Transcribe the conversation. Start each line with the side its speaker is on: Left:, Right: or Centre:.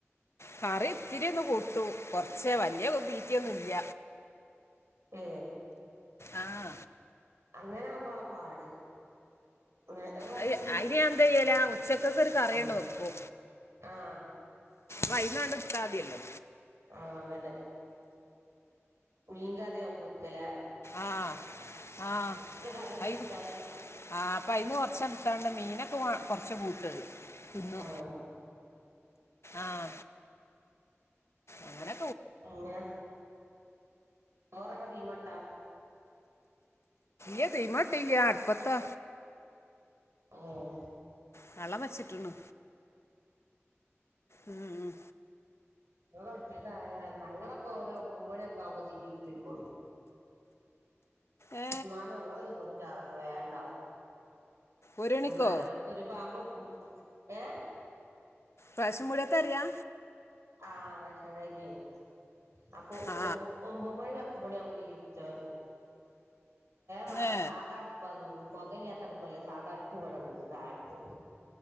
Left: കറി ഇത്തിരിയ ഒന്ന് കൂട്ടു കൊറച്ചേ വലിയ തീറ്റിയൊന്നും ഇല്ല
Right: ഏ
Left: ആഹ
Right: അങ്ങനെ ആകുമ്പോളെ പാട് നേരെ മറിച്ച്
Left: അത് അയിന് എന്ത ചെയ്യല ഉച്ചക്കൊക്കെ ഒരു കറയണ്ട
Right: ഉം
Left: വെപ്പ
Right: ആഹ്
Left: വൈകുന്നാണ്ട് ഇട്ടാതില്ലോ
Right: ആഹ അതന്നെ മീൻ കറിയ ആകുമ വക്കല്ലേ
Left: ആഹ ആഹ
Right: കറിയണ്ട്
Left: കയി
Right: വെച്ചാല്
Left: ആഹ് അപ്പ അയിന്ന കുറച്ച ത്താണ്ട് മീനൊക്കെ കൊറച്ച പൂട്ടത് ന്ന
Right: ആഹ്
Left: ആഹ അങ്ങനെ
Right: പിന്നെ ചോറ ക്കെ തീമട്ടോ
Left: ഇ ചെയ്യമാട്ടെല്ല അടുപ്പത്താ
Right: ആഹ
Left: കള വെച്ചിട്ടന്ന് ഉം ഉ
Right: അച്ചട്ട ഞങ്ങള അപ്പൊ ഒരു ഒമ്പത് മണിയൊക്കെ ആവുമ്പോത്തക്കിട്ടയി പോു
Left: ഏ
Right: എന്നാലും ഓള കുറ ചറൊക്കെ വേണ്ടാവും
Left: ഒരു മണിക്കോ
Right: ഒന്നാല് ഒരുപാങ്ങ കൊടുക്കും ഏ
Left: റേഷപീടിയത്തെ അരിയാ
Right: ആറസനാണ് അപ്പൊ
Left: ആ
Right: ഒമ്പോ മണി ഭക് പണി അ വേ വേവും
Left: ഏ
Right: സദാ അടുപ്പാന്നു പുകലാത്തടപ്പല്ല സാധാ അടുപ്പൂവിടണ്ട് തായത്ത്